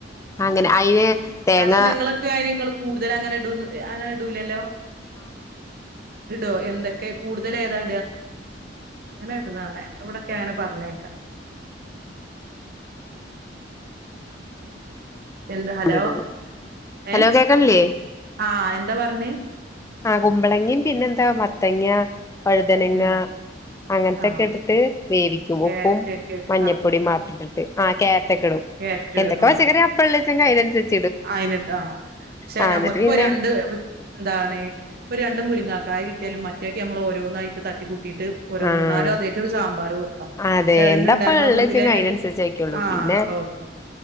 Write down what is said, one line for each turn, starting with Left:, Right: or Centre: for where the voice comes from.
Left: അങ്ങനെ അയിന് തേങ്ങ
Right: കഷ്ണങ്ങളൊക്കെഅയിന് ങ്ങള് കൂടുതൽ അങ്ങനെ അങ്ങനെ ഇടൂലല്ലോ ഇടോ എന്തൊക്കെ കൂടുതലേതാ ങ്ങനെട്ണാണ ഇവിടെക്കങ്ങനെ പറഞ്ഞേക്ക എന്താ
Left: ആഹ്
Right: ഹലോ
Left: ഇടുള്ളൂ ഹലോ
Right: ഏഹ്
Left: കേക്കണില്ലേ
Right: അഎന്താ പറഞ്ഞേ
Left: ആഹ്കുമ്പളങ്ങിം പിന്നെന്താ മത്തങ്ങ വഴുതനങ്ങ
Right: ഉം
Left: അങ്ങനത്തൊക്കെ
Right: ആഹ്
Left: ഇട്ടിട്ട് വേവിക്കും
Right: ക്യാരറ്റ്
Left: ഉപ്പും
Right: ഒക്കെ ഇട്
Left: മഞ്ഞപ്പൊടിയും മാത്രട്ടിട്ട് കാരറ്റൊക്കെടും
Right: കേരറ്റിടും ആഹ്
Left: <unintelligible>
Right: അയിനെന്താ ആഹ്പക്ഷെ
Left: ആഹ്
Right: ഞമ്മക്കിപ്പൊ
Left: എന്നിട്ട് പിന്നെ
Right: രണ്ട് എന്താണ് പ്പൊ രണ്ട്മുരിങ്ങാക്കായി കിട്ട്യാലുംമറ്റൊക്കെ നമ്മള് ഓരോന്നായിട്ട് തട്ടി കൂട്ടിട്ട് ഓരോന്ന്
Left: ആഹ്
Right: ന്നാലു ആദ്യായിട്ട് സാമ്പാറ് വെക്കാ
Left: അതെ
Right: കെഴങ്ങ്ണ്ട്
Left: എന്താപ്പ
Right: ഞമ്മളെ
Left: ഉള്ളേച്ചെങ്കി
Right: വീട്ടിലെന്നെ
Left: അതിനനുസരിച്ച് വെക്കുള്ളൂ
Right: ആ
Left: പിന്നെ
Right: അപ്പ വെക്കാ